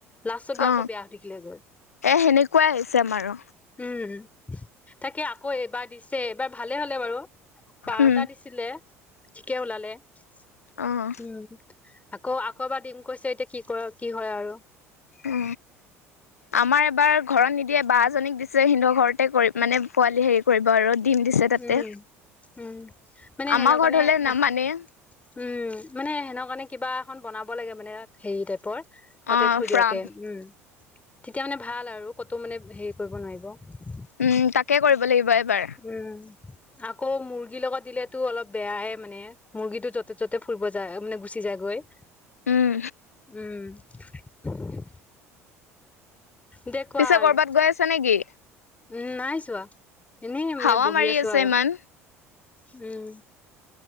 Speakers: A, on the left; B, on the left.
A: লাষ্টত গৈ
B: অ
A: আকৌ বেয়া হৈ থাকিলে গৈ।
B: এ সেনেকুৱাই হৈছে আমাৰো
A: উম, তাকে আকৌ এইবাৰ দিছে এইবাৰ ভালে হ'লে বাৰু। বাৰটা
B: উম
A: দিছিলে ঠিকে ওলালে। উম,
B: অ অ
A: আকৌ আকৌ এবাৰ দিম কৈছে এতিয়া কি কৰে কি হয় আৰু।
B: অ, আমাৰ এবাৰ ঘৰত নিদিয়ে বা এজনীক দিছে সিহতৰ ঘৰতে কৰি মানে পোৱালি হেৰি কৰিব আৰু। ডিম দিছে তাতে
A: উম, উম, মানে
B: আমাৰ
A: হেনু
B: ঘৰত
A: কাৰণে
B: হলে নামানে
A: এশশ উম, মানে হেনে কাৰণে কিবা এখন বনাব লাগে মানে হেৰি টাইপৰ, তাতে
B: অ
A: থৈ
B: ফ্ৰাম
A: দিয়াকে উম, তেতিয়া মানে ভাল আৰু কতো মানে হেৰি কৰিব নোৱাৰিব।
B: উম, তাকে কৰিব লাগিব এবাৰ।
A: উম, আকৌ মুৰ্গীৰ লগত দিলেতো অলপ বেয়াহে মানে মুৰ্গীটো য'তে ত'তে ফুৰিব যায় মানে গুচি যায়গৈ।
B: উম
A: উম, দে কোৱা
B: পিছে
A: আৰু
B: কৰবাত গৈ আছা নেকি?
A: উম, নাই যোৱা, এনেই মানে
B: হাৱা
A: বহি
B: মাৰি
A: আছোঁ
B: আছে
A: আৰু।
B: ইমান
A: উম,